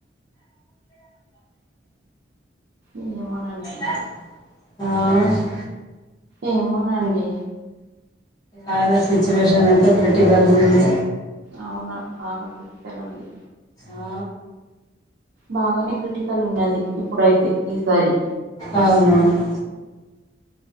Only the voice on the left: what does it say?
ఆ.
ఆయన సిచ్యువేషన్ అయితే క్రిటికల్గా ఉంది.
ఆ,
అవునవును.